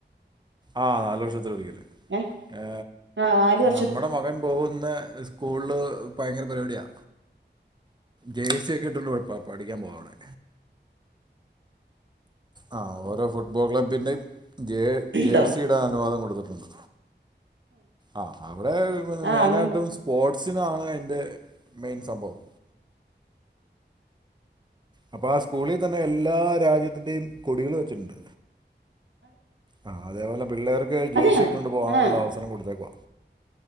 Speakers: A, on the right (about 25°); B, on the right (about 80°).
A: ആ നാലു വർക്ഷത്തില ഒരിക്കല്
B: ഏഹ്
A: ഏ
B: ആഹ് നാല് വർഷ
A: നമ്മുടെ മകൻ പോകുന്ന സ്കൂളിൽ ഭയങ്കര പരിപാടിയാ ജേഴ്സിയൊക്കെ ഇട്ടുണ്ട് പഠിക്കാൻ പോവാന് ആ ഓരോ ഫുട്ബോൾ ക്ലബ്ബിന്റെയും ജ
B: ണ്ടോ
A: ജേഴ്സിയുടെ അനുവാദം കൊടുത്തിട്ടുണ്ട് ആ അവിടെ
B: ആ
A: മെയിന
B: അങ്ങനെ
A: ആയിട്ടും സ്പോ സിനാണ് അയിന്റെ മെയിൻ സംഭവം അപ്പൊ ആ സ്കൂളിൽ തന്നെ എല്ലാ രാജ്യത്തിന്റെയും കൊടികൾ വെച്ചിട്ടുണ്ട് ആ അതേപോലെ പിള്ളേർക്ക് ജേഴ്സി
B: അതെയ
A: ഇട്ടുണ്ട് പോകാനുള്ള
B: ആ
A: അവസരം കൊടുത്തേക്കുവാ